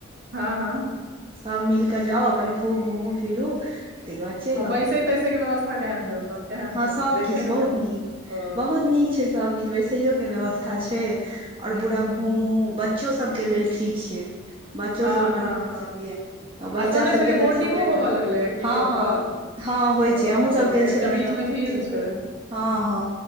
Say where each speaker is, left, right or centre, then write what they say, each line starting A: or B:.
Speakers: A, on the right; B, on the right.
A: हँ हँ
B: सभ मिल कऽ जाउ अपन खूब घूमू फिरू त बाद चलि
A: आ बैसै
B: आउ
A: तैसै के व्यवस्था केहन छै ओतऽ केहन
B: हँ
A: छै
B: सबकिछ
A: देखै मे
B: बहुत
A: केहन
B: नीक
A: ओ
B: बहुत नीक सब किछु बैसेयो के व्यवस्था छै और
A: हूँ
B: पूरा
A: हूँ
B: घूम उच बच्चो सबके लेल ठीक छै बच्चो
A: हँ
B: सब अपन
A: हँ
B: घुम
A: हँ
B: सकैया बच्चा
A: आ सुनने
B: सबके
A: छलियै बोटिंगो
B: तऽ चाहबे
A: होबऽ
B: कर
A: लगलैए की
B: हँ
A: ओतऽ
B: हँ हँ होइ
A: ओ
B: छै हमहुँ सब गेल
A: एकटा
B: छलहुँ हेँ
A: बीच
B: तऽ अपन
A: मे झील
B: केलहु
A: छै
B: हँ हँ